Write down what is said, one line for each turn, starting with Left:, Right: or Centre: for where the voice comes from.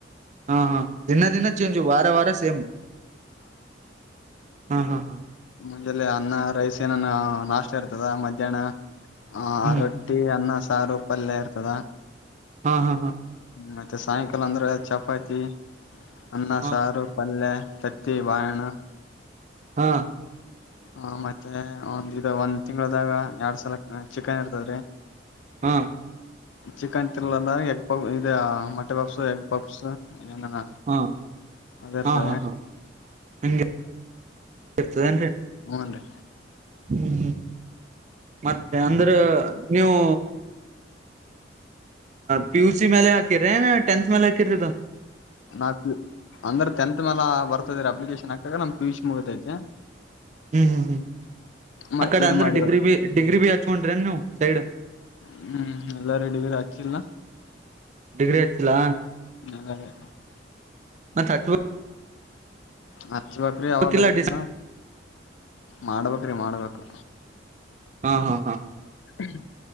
Right: ಹಾ ಹಾ ದಿನ ದಿನ ಚೇಂಜ್ ವಾರ ವಾರ ಸೇಮ್. ಹಾ ಹಾ ಹಾ
Left: ಮುಂಜಲ್ಲೆ ಅನ್ನ ರೈಸ್ ಏನಾನ ನಾಷ್ಟ ಇರ್ತದ ಮಧ್ಯಾಹ್ನ ಹ
Right: ಹ್ಮ್
Left: ಆರಟ್ಟಿ ಅನ್ನ ಸ ಸಾರು ಪಲ್ಯ ಇರ್ತದ.
Right: ಹಾ ಹಾ ಹಾ
Left: ಮತ್ತೆ ಸಾಯಂಕಾಲ ಅಂದ್ರೆ ಚಪಾತಿ. ಅನ್ನ
Right: ಹಾ
Left: ಸಾರು ಪಲ್ಲೇ. ತತ್ತಿ ಬಾಳೆಹಣ್ಣು.
Right: ಹಾ
Left: ಹ ಮತ್ತೆ ಒಂದ ಇದ್ ಒಂದ್ ತಿಂಗಳದಾಗ ಎರಡ್ ಸಲ ಚಿಕನ್ ಇರ್ತದ್ರೀ.
Right: ಹಾ
Left: ಚಿಕನ್ ತಿನ್ನಲ್ಲ ಅಂದ ಎಗ್ ಪಾಪ್ ಇದು ಮಟೆ ಪಪ್ಸ್ ಎಗ್ ಪಪ್ಸ್ ಏನನ
Right: ಹಾ
Left: ಅದ ಇರ್ತವ್ರೀ
Right: ಹಾ ಹಾ ಹಾ ನಿಂಗೆ ಇರ್ತದೇನ್ರಿ
Left: ಹೂನ್ ರೀ
Right: ಹ್ಮ್-ಹ್ಮ್ ಮತ್ತೆ ಅಂದ್ರೆ ನೀವು ಪಿ ಯು ಸಿ ಮೇಲೆ ಹಾಕಿರೆನ್ ಟೆಂತ್ ಮೇಲೆ ಹಾಕಿರಿದು?
Left: ನಾ ಅಂದ್ರೆ ಟೆಂತ್ ಮೇಲ ಬರ್ತದ್ರಿ ಅಪ್ಲಿಕೇಶನ್. ಹದಿನಾಲ್ಕು ರಾಗ್ ಪಿಯುಸಿ ಮುಗ್ದೈತಿ.
Right: ಹ್ಮ್ ಹ್ಮ್ ಹ್ಮ್
Left: ಮತ್
Right: ಅಕಡೆ
Left: ಇದ್
Right: ಅಂದ್ರೆ
Left: ಮಾಡಿವ
Right: ಡಿಗ್ರಿ ಬಿ ಡಿಗ್ರಿ ಬಿ ಹಚ್ಕೊಂಡ್ರನ್ ನೀವು ಸೈಡ್
Left: ಹ್ಮ್ ಎಲ್ಲ ರೆಡಿ ಹಾಕಿಲ್ಲ
Right: ಡಿಗ್ರಿ ಹಚ್ಚಿಲ್ಲಾ?
Left: ನಾಗಾಲಯ
Right: ಮತ್ತ್ ಹಚ್ಚ್ ಬ್
Left: ಅ ಚ್ಚ್ ಬಕ್ರಿ
Right: ಹಚ್ಬೇಕಿಲ್ಲ
Left: ಆವಾಗ ಹಚ್ತಿನೋ
Right: ಡಿಸ್
Left: ಮಾಡ್ಬೇಕ್ರೀ ಮಾಡ್ಬೇಕು
Right: ಹಾ ಹಾ ಹಾ
Left: ಹ್ಮ